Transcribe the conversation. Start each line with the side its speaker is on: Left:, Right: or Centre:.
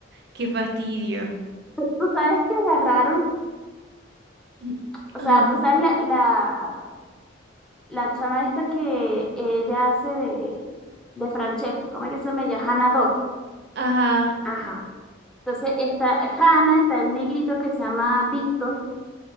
Right: Qué fastidio.
Centre: Tú sabes que agarraron,
Right: <clears throat> Y-
Centre: o
Right: Ajá,
Centre: sea, tú sabes la, la, la chama esta que ella hace de, de Francesca, ¿cómo es que se llama ella? Hannah Dot.
Right: ajá,
Centre: Ajá. Entonces está Hannah, está el negrito que se llama Víctor.